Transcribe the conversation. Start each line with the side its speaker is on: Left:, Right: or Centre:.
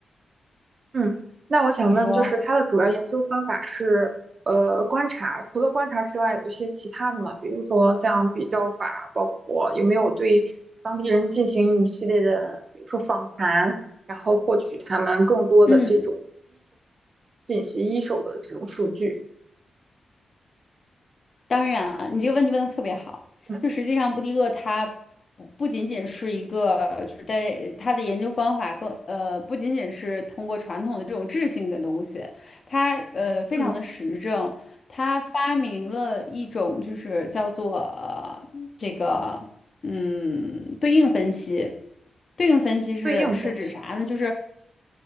Right: 嗯，那我想问，
Left: 你说。
Right: 就是它的主要研究方法是呃观察，除了观察之外，有一些其他的嘛，比如说像比较法，包括有没有对当地人进行一系列的，比如说访谈，然后获取他们更多的这种
Left: 嗯
Right: 信息一手的这种数据，
Left: 当然啊，你这个问题问的特别好。
Right: 嗯，
Left: 就实际上，布迪厄他不不仅仅是一个，就是在他的研究方法更呃，不仅仅是通过传统的这种质性的东西，他呃非常的实证，
Right: 嗯，
Left: 他发明了一种就是叫做呃这个嗯对应分析。对应分析是是指啥呢？
Right: 对应分析。
Left: 就是